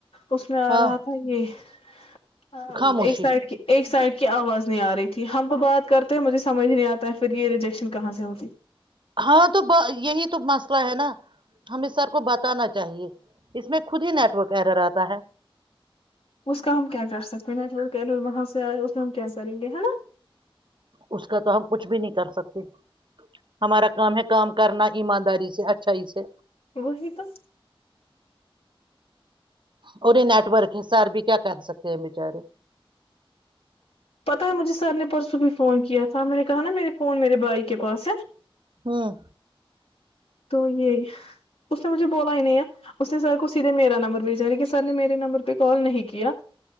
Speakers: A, on the left (about 75°); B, on the right (about 55°).
A: اس میں آ
B: ہاں
A: رہا تھا یہ ہاں
B: خاموشی
A: ایک سائڈ کی ایک سائڈ کی آواز نہیں آ رہی تھی ہم تو بات کرتے ہیں مجھے سمجھ نہیں آتا ہے پھر یہ ریجیکشن کہاں سے ہوتی
B: ہاں تو یہی تو مسئلہ ہے نا ہم اس سر کو بتانا چاہیے اس میں خود ہی نیٹورک ایرا رہتا ہے
A: اس کا ہم کیا کر سکتے ہیں نیٹ وہاں سے آئے اس میں ہم کیا کریں گے نا
B: اس کا تو ہم کچھ بھی نہیں کر سکتے ہمارا کام ہے کام کرنا ایمانداری سے اچھائی سے
A: وہی تو
B: اور یہ نیٹورک ح سر بھی کیا کر سکے بچارے
A: پتا ہے مجھے سر نے پرسوں بھی فون کیا تھا میں نے کہا نا میرے فون میرے بھائی کے پاس ہے
B: ہوں
A: تو یہی اس نے مجھے بولا ہی نہیں ہے اس نے سر کو سیدھے میرا نمبر بھیجا لیک کہ سر نے میرے نمبر پہ کال نہیں کیا